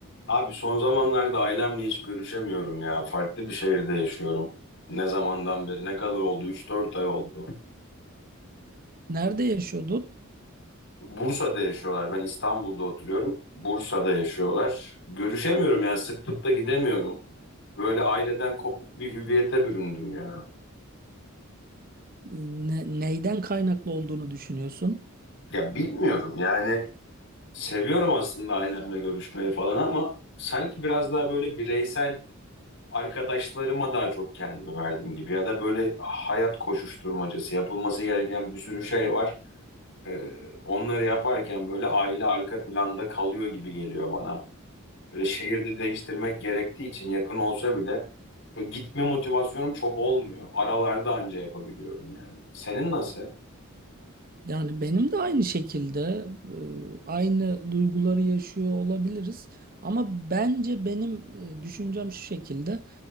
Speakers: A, on the left (about 60°); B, on the right (about 45°).
A: Abi son zamanlarda ailemle hiç görüşemiyorum ya. Farklı bir şehirde yaşıyorum. Ne zamandan beri? Ne kadar oldu? Üç dört ay oldu.
B: Nerede yaşıyordun?
A: Bursa'da yaşıyorlar. Ben İstanbul'da oturuyorum. Bursa'da yaşıyorlar. Görüşemiyorum ya. Sıklıkla gidemiyorum. Böyle aileden kopuk bir hüviyete büründüm ya.
B: Ne- neyden kaynaklı olduğunu düşünüyorsun?
A: Ya bilmiyorum yani. Seviyorum aslında ailemle görüşmeyi falan ama sanki biraz daha böyle bireysel arkadaşlarıma daha çok kendimi verdim gibi ya da böyle hayat koşuşturmacası yapılması gereken bir sürü şey var. Ee, onları yaparken böyle aile arka planda kalıyor gibi geliyor bana. Böyle şehirde değiştirmek gerektiği için yakın olsa bile böyle gitme motivasyonum çok olmuyor. Aralarda anca yapabiliyorum yani. Senin nasıl?
B: Yani benim de aynı şekilde e, aynı duyguları yaşıyor olabiliriz. Ama bence benim e, düşüncem şu şekilde.